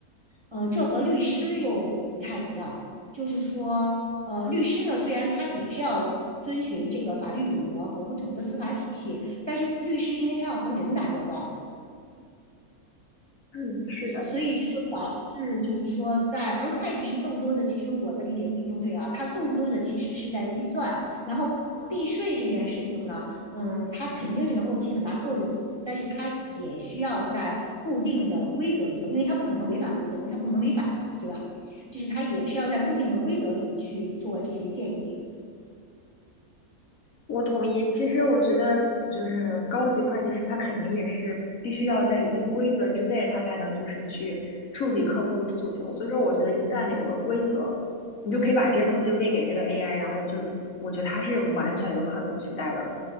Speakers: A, on the right (about 20°); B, on the left (about 65°).
A: 呃，这和律师又不太一样，就是说，呃，律师呢虽然他也是要遵循这个法律准则和不同的司法体系，但是律师因为他要和人打交道，
B: 嗯，是的。
A: 所以这就导致，就是说在，而会计师更多的，其实我的理解不一定对啊，他更多的其实是在计算，然后避税这件事情呢，嗯，它肯定是能够起很大作用，但是它也需要在固定的规则里头，因为它不可能违反规则，我说它不可能违反嘛，对吧？就是它也是要在固定的规则里去做这些建议。
B: 我同意。其实我觉得，就是高级会计师，他肯定也是必须要在一定规则之内，他才能就是去处理客户的诉求。所以说，我觉得一旦有了规则，你就可以把这些东西喂给这个 AI，然后就我觉得它是完全有可能取代的。